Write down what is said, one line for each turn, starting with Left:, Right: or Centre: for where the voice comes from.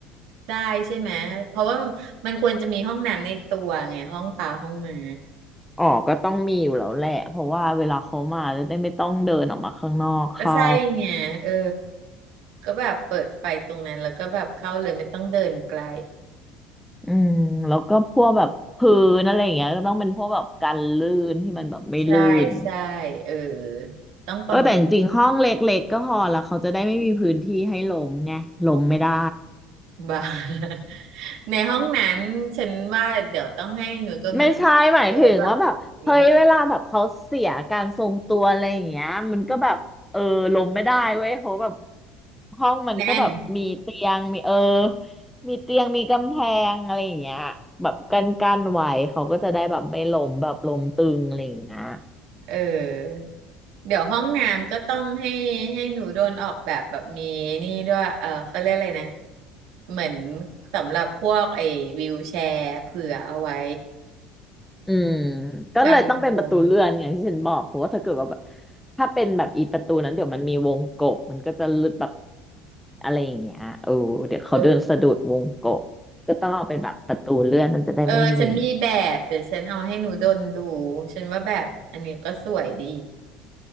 Right: ได้ใช่ไหมเพราะว่ามันควรจะมีห้องน้ำในตัวไงห้องปลาห้องหม้า
Centre: อ๋อก็ต้องมีอยู่แล้วแหละเพราะว่าเวลาเขามาจะได้ไม่ต้องเดินออกมาข้างนอกเข้า
Right: ก็ใช่ไงเออก็แบบเปิดไฟตรงนั้นแล้วก็แบบเข้าเลยไม่ต้องเดินไกล
Centre: อืมแล้วก็พวกแบบพื้นอะไรอย่างเงี้ยก็ต้องเป็นพวกแบบกันลื่นที่มันแบบไม่ลื่น
Right: ใช่ใช่เออต้องประมาณ
Centre: เออแต่จริงๆห้องเล็กๆก็พอละเขาจะได้ไม่มีพื้นที่ให้ล้มไงล้มไม่ได้
Right: <laughs> บ่าย ในห้องน้ำฉันว่าเดี๋ยวต้องให้หนูตัวมันออกเอาไว้แบบ
Centre: ไม่ใช่หมายถึงว่าแบบเฮ้ยเวลาแบบเขาเสียการทรงตัวอะไรอย่างเงี้ยมันก็แบบเออลงไม่ได้เว้ยเพราะแบบ
Right: นี้
Centre: ห้องมันก็แบบมีเตียงมีเออ
Right: แน่น
Centre: มีเตียงมีกำแพงอะไรอย่างเงี้ยแบบกันกันไว้เขาก็จะได้แบบไม่ล้มแบบล้มตึงอะไรอย่างเงี้ย
Right: เออเดี๋ยวห้องน้ำก็ต้องให้ให้หนูโดนออกแบบแบบมีนี่ด้วยเออเขาเรียกอะไรนะเหมือนสำหรับพวกไอ้วีลแชร์เผื่อเอาไว้
Centre: อืมก็เลยต้องเป็นประตูเลื่อนอย่างที่ฉันบอกเพราะว่าถ้าเกิดว่าแบบ
Right: กันลม
Centre: ถ้าเป็นแบบอีประตูนั้นเดี๋ยวมันมีวงกบมันก็จะหลุดแบบ อะไรอย่างเงี้ยเออเดี๋ยวเขาเดินสะดุดวงกบก็ต้องเอาเป็นแบบประตูเลื่อนมันจะได้ไม่มี
Right: เออเออฉันมีแบบเดี๋ยวฉันเอาให้หนูดนดูฉันว่าแบบอันนี้ก็สวยดี